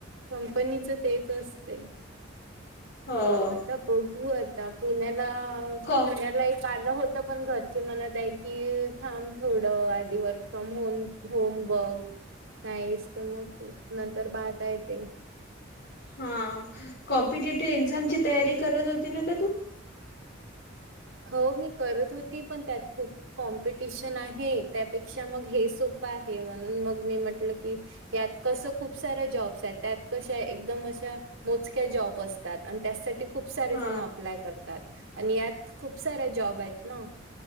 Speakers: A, on the right; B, on the left.
A: कंपनीच तेच असते
B: हो
A: आता बघू आता पुण्याला
B: क
A: पुण्याला एक कारण होत पण घरचे मणत आहे की थांब थोडं आधी वर्क फ्रॉम होम होम बघ नाहीस तर मग खू नंतर पाहता येत
B: हा कॉम्पिटेटिव्ह एक्झामची तयारी करत होती ना का तू
A: हो मी करत होती पण त्यात खूप कॉम्पिटिशन आहे त्यापेक्षा मग हे सोपं आहे म्हणून मग मी म्हटलं कीत कसं खूप साऱ्या जॉब्स आहेत त्यात कशा एकदम अशा मोजक्या जॉब असतात आणि त्यासाठी खूप सारे
B: हा
A: जण अप्लाय करतात आणि यात खूप साऱ्या जॉब आहेत ना